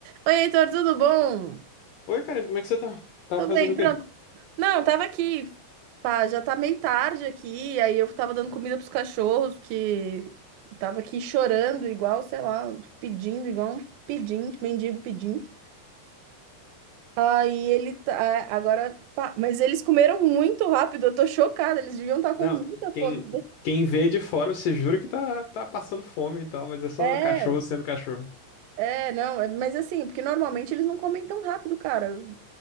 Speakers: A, on the right (about 80°); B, on the left (about 75°).
A: Oi, Heitor, tudo bom?
B: Oi, Karina, como é que você tá? Tava
A: Tô
B: fazendo
A: bem,
B: o
A: pronto.
B: quê?
A: Não, tava aqui. Pá, já tá meio tarde aqui, aí eu tava dando comida pros cachorros, que tava aqui chorando igual, sei lá, pedindo, igual um pedinte, mendigo pedindo. Aí ele tá, ah, agora, pá, mas eles comeram muito rápido, eu tô chocada, eles deviam estar com
B: Não,
A: muita
B: quem,
A: fome.
B: quem vê de fora, você jura que tá, tá passando fome e tal, mas é só
A: É,
B: cachorro sendo cachorro.
A: É, não, é- mas assim, porque normalmente eles não comem tão rápido, cara. Eu-